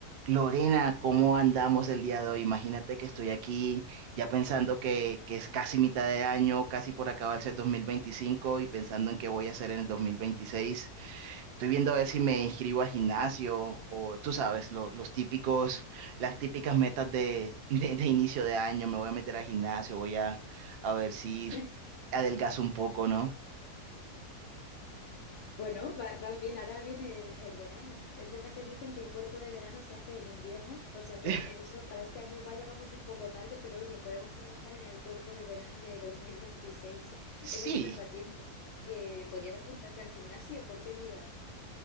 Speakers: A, on the right (about 85°); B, on the left (about 70°).
A: Lorena, ¿cómo andamos el día de hoy? Imagínate que estoy aquí ya pensando que, que es casi mitad de año, casi por acabarse el 2025 y pensando en qué voy a hacer en el 2026. Estoy viendo a ver si me inscribo al gimnasio o tú sabes, lo- los típicos, las típicas metas de, <laughs> de, de inicio de año. Me voy a meter al gimnasio, voy a, a ver si
B: <laughs>
A: adelgazo un poco, ¿no?
B: Bueno, va- vas bien, ahora viene el, el verano. Es verdad que dicen que el cuerpo de verano se hace en invierno, o sea que
A: <laughs>
B: en eso para este año igual ya vamos un poco tarde, pero oye, podemos trabajar en el cuerpo de verano de 2026. <laughs>
A: Sí.
B: Eso sí nos da tiempo. Que podrías apuntarte al gimnasio, ¿por qué dudas?